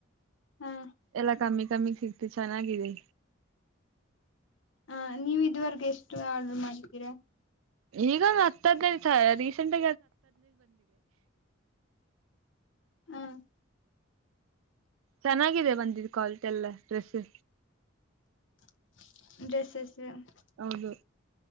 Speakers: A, on the left (about 70°); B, on the right (about 80°).
A: ಹ
B: ಎಲ್ಲ ಚೆನ್ನಾಗಿದೆ
A: ಹ ಇದುವರೆಗೆ ಎಷ್ಟು ಆರ್ಡರ್ ಮಾಡಿದ್ದೀರಾ
B: ಈಗ ಹತ್ ಹದಿ ರೀಸೆಂಟ್
A: ಹಾ
B: ಚನ್ನಾಗಿದೆ ಬಂದಿದು ಕ್ವಾಲಿಟಿ ಎಲ್ಲ ಡ್ರೆಸ್ಸು
A: <unintelligible>
B: ಹೌದು